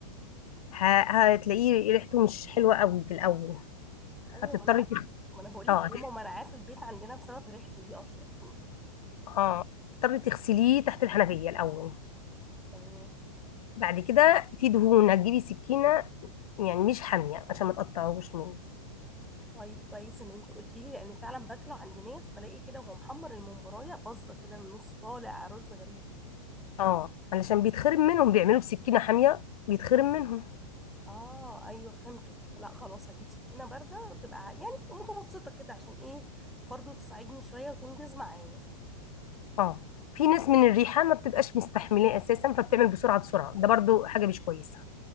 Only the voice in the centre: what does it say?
ايوه
ما انا عارفه
ما انا بقول
لك
ماما ما انا عارفه البيت عندنا بسبب ريحته دي اصلا <laughs>
تمام
طيب كويس ان انت قلتي لي لان فعلا باكله عند ناس بلاقي كده وهو محمر الممبرايه باظه كده من نص طالع رز غريب
اه ايوه فهمتك لا خلاص هجيب سكينه بارده وتبقى ع- يعني متوسطه كده عشان ايه برضو تساعدني شويه وتنجز معايا